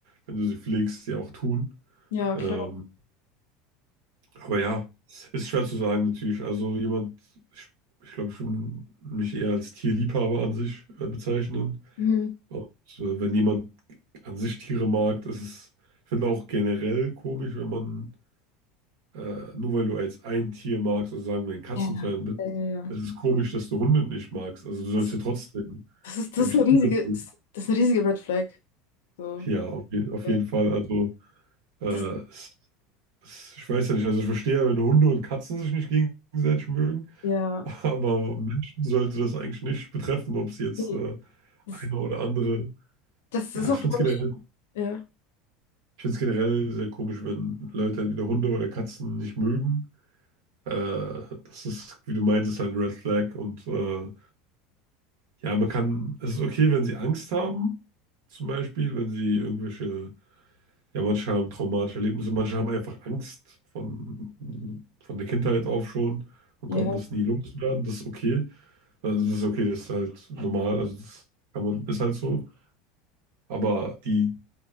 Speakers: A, on the right; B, on the left.
A: wenn du sie pflegst, sie auch tun.
B: ja,
A: Ähm,
B: klar.
A: aber ja, ist schwer zu sagen natürlich. Also jemand, ich, ich glaube, ich würde mich eher als Tierliebhaber an sich äh, bezeichnen.
B: Mhm.
A: Und äh, wenn jemand an sich Tiere mag, das ist, ich finde auch generell komisch, wenn man äh, nur weil du jetzt ein Tier magst, also sagen wir ein Katzenfan
B: Ja.
A: bist,
B: Ja, ja, ja.
A: es ist komisch, dass du Hunde nicht magst. Also du sollst
B: Das,
A: ja trotzdem
B: das ist,
A: eigentlich
B: das ist eine
A: Tiere
B: riesige,
A: mögen.
B: das ist eine riesige Red Flag. So,
A: Ja, auf, je auf
B: äh,
A: jeden Fall. Also äh,
B: das,
A: es, es, ich weiß ja nicht, also ich verstehe, ja, wenn Hunde und Katzen sich nicht gegenseitig mögen,
B: ja,
A: <laughs> aber Menschen sollte das eigentlich nicht betreffen, ob es jetzt
B: nee,
A: äh,
B: das,
A: eine oder andere.
B: das
A: Ja,
B: das ist
A: ich
B: auch,
A: finde
B: glaube
A: es generell,
B: ich, ja.
A: ich find's generell sehr komisch, wenn Leute entweder Hunde oder Katzen nicht mögen. Äh, das ist, wie du meintest, halt ein Red Flag und äh, Ja, man kann, es ist okay, wenn sie Angst haben, zum Beispiel, wenn sie irgendwelche, ja, manche haben traumatische Erlebnisse, manche haben einfach Angst von, von der Kindheit auf schon und
B: ja.
A: konnten das nie loswerden, das ist okay. Also das ist okay, das ist halt normal, also das kann man, ist halt so. Aber die,